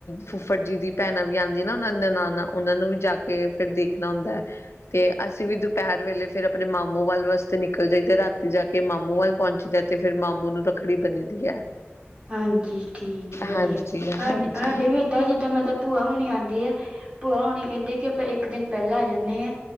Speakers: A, on the left; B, on the right.
A: ਫੁੱਫਰ ਜੀ ਦੀ ਭੈਣਾਂ ਵੀ ਆਉਂਦੀ ਨਾ ਉਹਨਾਂ ਨ ਨਾਨਾਂ ਉਹਨਾਂ ਨੂੰ ਵੀ ਜਾ ਕੇ ਕੇ ਫਿਰ ਦੇਖਣਾ ਹੁੰਦਾ ਹੈ। ਤੇ ਅਸੀਂ ਵੀ ਦੁਪਹਿਰ ਵੇਲੇ ਫੇਰ ਆਪਣੇ ਮਾਮੂ ਵੱਲ ਵਾਸਤੇ ਨਿਕਲ ਜਾਈ ਤੇ, ਰਾਤੀ ਜਾ ਕੇ ਕੇ ਮਾਮੂ ਵੱਲ ਪਹੁੰਚਦਾ ਤੇ, ਫਿਰ ਮਾਮੂ ਨੂੰ ਰੱਖੜੀ ਬੰਨਦੀ ਹੈ।
B: ਹਾਂਜੀ, ਠੀਕ, ਵਧੀਆ।
A: ਹਾਂਜੀ ਹਾਂਜੀ
B: ਸਾਡੇ ਦਾਂ ਜਿੱਦਾਂ ਮਤਲਬ ਭੂਆ ਹੋਣੀ ਆਉਂਦੀ ਐ, ਭੂਆ ਹੋਣੀ ਕਹਿੰਦੇ ਕਿ ਆਪਾਂ ਇੱਕ ਦਿਨ ਪਹਿਲਾਂ ਆ ਜਾਂਦੇ ਆ।